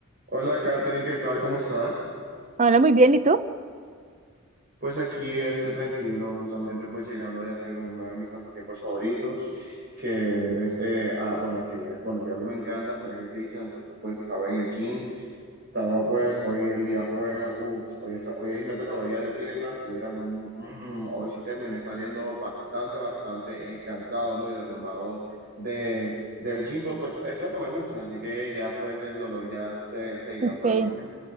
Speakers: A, on the right; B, on the right.
A: Hola Katherine, ¿qué tal? ¿Cómo estás?
B: Hola, muy bien, ¿y tú?
A: Pues aquí esté tranquilo, justamente pues llegando de hacer uno de mis pasatiempos favoritos, que es, eh, ah, bueno, que es, bueno, yo a mí me encanta hacer ejercicio, entonces pues estaba en el gym, estaba pues, hoy el día fue, uff, hoy, esta- hoy me tocaba día de piernas y era, mm, mm, hoy sí terminé saliendo bastante, bastante eh, cansado, ¿no? Y derrumbado de, del gym, pues pues, es lo que me gusta, así que ya pues el dolor ya se, se irá
B: Sí,
A: por el momento.